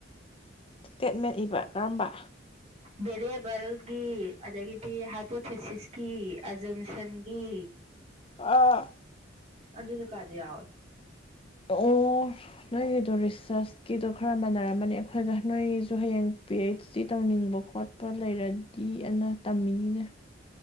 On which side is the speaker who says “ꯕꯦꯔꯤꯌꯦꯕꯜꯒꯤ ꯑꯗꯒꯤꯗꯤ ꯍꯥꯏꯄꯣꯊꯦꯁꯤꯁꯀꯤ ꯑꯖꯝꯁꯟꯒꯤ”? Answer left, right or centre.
Right